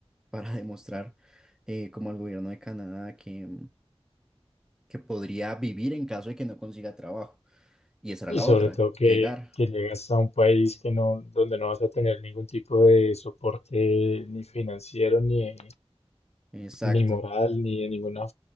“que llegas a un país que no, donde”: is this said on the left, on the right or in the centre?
Left